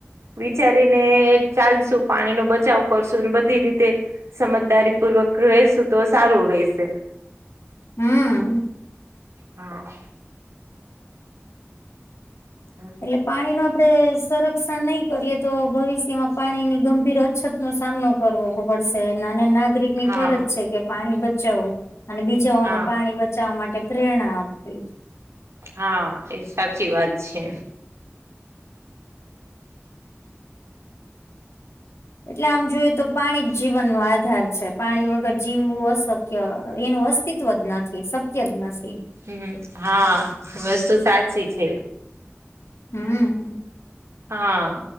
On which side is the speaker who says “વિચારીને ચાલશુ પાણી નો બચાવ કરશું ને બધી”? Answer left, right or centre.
Right